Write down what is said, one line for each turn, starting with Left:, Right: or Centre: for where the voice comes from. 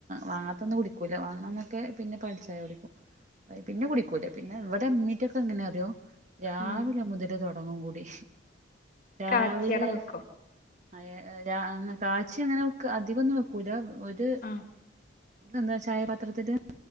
Right: വാങ്ങാത്തന്ന് കുടിക്കൂല വാങ്ങണ ന്നൊക്കെ പിന്നെ പാൽചായ കുടി
Left: <inaudible>
Right: പിന്നെ കുടിക്കൂല പിന്നെ ഇവടെ ഇമ്മീറ്റൊക്കെ എങ്ങനെ അറിയോ രാവിലെ
Left: ഉം
Right: മുതൽ ത് തൊടങ്ങുംകൂടി രാവിലെ
Left: കാച്ചിയട വെക്കും
Right: അയേ രാ കാച്ചി അങ്ങനെ അധികൊന്നു വെക്കൂല ഒര്
Left: ഉം
Right: എന്താ ചായ പാത്രത്തില്